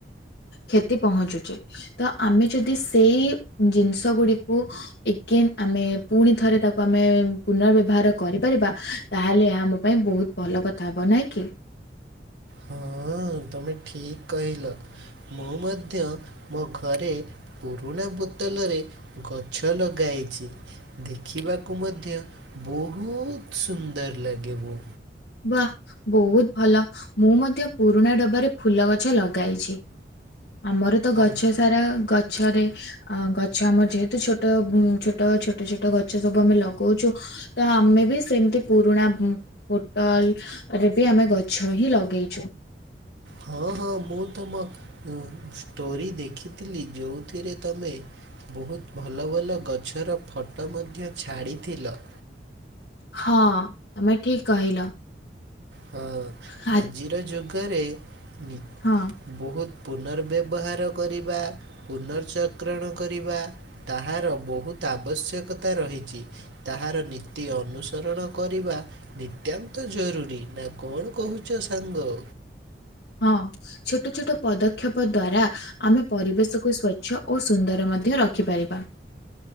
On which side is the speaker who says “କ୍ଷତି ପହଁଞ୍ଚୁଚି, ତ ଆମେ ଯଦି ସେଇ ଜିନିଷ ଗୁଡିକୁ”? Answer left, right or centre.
Left